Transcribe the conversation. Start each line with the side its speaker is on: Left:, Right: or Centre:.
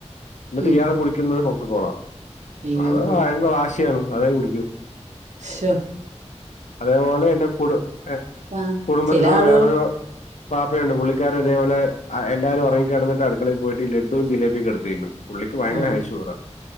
Left: ന്ന്ട്ട്
Right: ഉം
Left: ഇയാള് കുടിക്കുന്നത് കൊക്കക്കോള
Right: അയ്യോ
Left: അത് അയാളുടെ വാശിയാണ് അതേ കുടിക്കൂ.
Right: ശൊ.
Left: അതേപോലെ എന്റെ കുട് എഹ്
Right: ആഹ്
Left: കുടുംബത്തിലുള്ള
Right: ചില ആളുകൾ
Left: വേറൊരു പാപ്പയുണ്ട് പുള്ളിക്കാരും ഇതേപോലെ എല്ലാരും ഒറങ്ങിക്കെടന്ന്ട്ട് അടുക്കളയി പോയിട്ട് ലഡും ജിലേബിയൊക്കെടുത്ത് തിന്നും പുള്ളിക്ക് ഭയങ്കര
Right: ആഹ്
Left: ഹൈ ഷുഗർ ആഹ്